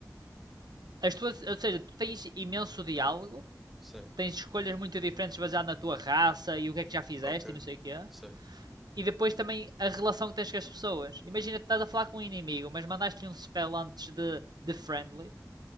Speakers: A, on the right; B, in the centre.
A: As tuas, ou seja, tu tens imenso diálogo,
B: Sim,
A: tens escolhas muito diferentes baseado na tua raça e o que é que já fizeste
B: ok.
A: e não sei o quê.
B: Sim,
A: E depois também a relação que tens com as pessoas. Imagina tu estás a falar com um inimigo, mas mandaste-lhe um spell antes de, de friendly